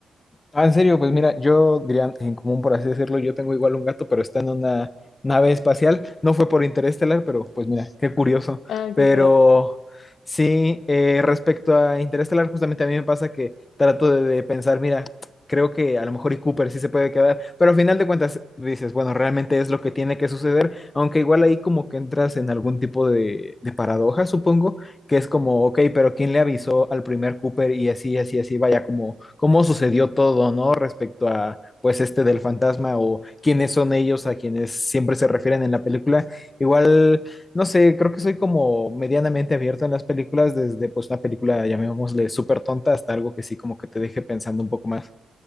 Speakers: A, on the left (about 35°); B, on the left (about 75°).
A: Ah, en serio, pues mira, yo diría en común, por así decirlo, yo tengo igual un gato, pero está en una nave espacial. No fue por Interestelar, pero pues mira, qué curioso.
B: Ah,
A: Pero
B: qué cagado.
A: sí, eh, respecto a Interestelar, justamente a mí me pasa que trato de, de pensar, mira, creo que a lo mejor y Cooper sí se puede quedar, pero al final de cuentas dices, bueno, realmente es lo que tiene que suceder, aunque igual ahí como que entras en algún tipo de, de paradoja, supongo, que es como, ok, pero ¿quién le avisó al primer Cooper? Y así, así, así, vaya, como cómo sucedió todo, ¿no? Respecto a, pues, este del fantasma o quiénes son ellos a quienes siempre se refieren en la película. Igual, no sé, creo que soy como medianamente abierto en las películas, desde, pues, una película, llamémosle, súper tonta hasta algo que sí como que te deje pensando un poco más.